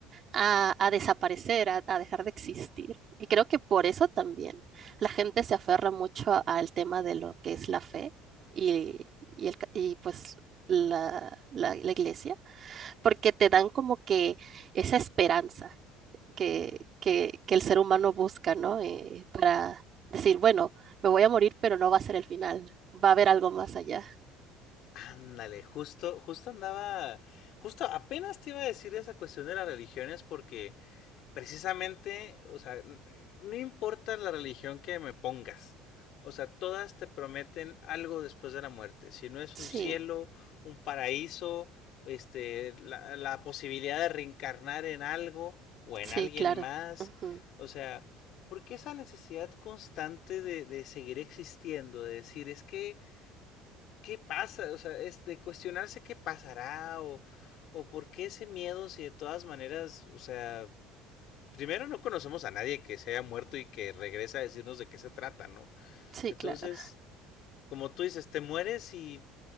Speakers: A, on the right; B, on the left.
A: a, a desaparecer, a, a dejar de existir. Y creo que por eso también la gente se aferra mucho a- al tema de lo que es la fe y, y, el, ca- y pues la, la la iglesia porque te dan como que esa esperanza que, que, que el ser humano busca, ¿no? Eh, para decir, bueno, me voy a morir, pero no va a ser el final, va a haber algo más allá.
B: Ándale, justo, justo andaba, justo apenas te iba a decir esa cuestión de las religiones porque precisamente, o sea, n- no importa la religión que me pongas, o sea, todas te prometen algo después de la muerte, si no es
A: Sí,
B: un cielo, un paraíso, este, la, la posibilidad de reencarnar en algo o en
A: sí,
B: alguien
A: claro.
B: más,
A: Ujú,
B: o sea, ¿por qué esa necesidad constante de, de seguir existiendo, de decir, es que qué pasa, o sea, es de cuestionarse qué pasará o, o por qué ese miedo si de todas maneras, o sea, primero no conocemos a nadie que se haya muerto y que regrese a decirnos de qué se trata, ¿no?
A: Sí,
B: Entonces,
A: claro.
B: como tú dices, te mueres y